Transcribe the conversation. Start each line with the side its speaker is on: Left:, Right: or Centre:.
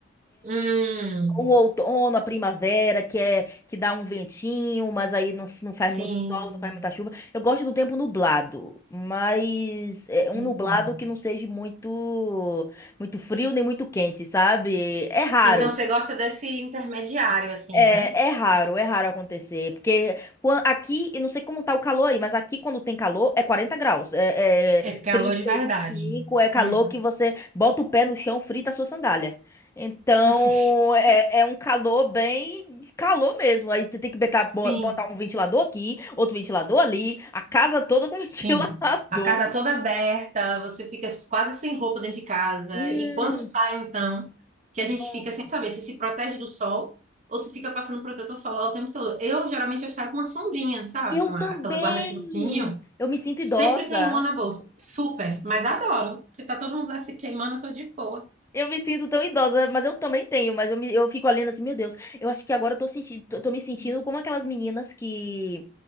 Right: Hum,
Left: O outono, a primavera, que é que dá um ventinho, mas aí não, não faz
Right: sim.
Left: muito sol, não faz muita chuva. Eu gosto do tempo nublado, mas é um
Right: Hum.
Left: nublado que não seja muito muito frio nem muito quente, sabe? É raro.
Right: Então você gosta desse intermediário, assim,
Left: É,
Right: né?
Left: é raro, é raro acontecer, porque quan- aqui, eu não sei como tá o calor aí, mas aqui quando tem calor é 40 graus, é, é
Right: É calor
Left: trinta
Right: de verdade.
Left: e cinco, é calor
Right: Uhum.
Left: que você bota o pé no chão, frita a sua sandália. Então,
Right: <laughs>
Left: é, é um calor bem calor mesmo, aí tu tem que botar,
Right: Sim,
Left: bo- botar um ventilador aqui, outro ventilador ali, a casa toda com
Right: sim.
Left: <laughs> ventilador.
Right: A casa toda aberta, você fica quase sem roupa dentro de casa.
Left: Hum,
Right: E quando sai, então, que a gente
Left: nossa.
Right: fica sem saber se se protege do sol ou se fica passando protetor solar o tempo todo. Eu, geralmente, eu saio com uma sombrinha, sabe?
Left: Eu
Right: Uma-
Left: também!
Right: Aquela guarda-chuva pequenininho.
Left: Eu me sinto
Right: Sempre
Left: idosa.
Right: tem uma na bolsa. Super, mas adoro, porque tá todo mundo lá se queimando, eu tô de boa.
Left: Eu me sinto tão idosa, mas eu também tenho, mas eu, me, eu fico olhando assim, meu Deus, eu acho que agora eu tô sentindo, tô, tô me sentindo como aquelas meninas que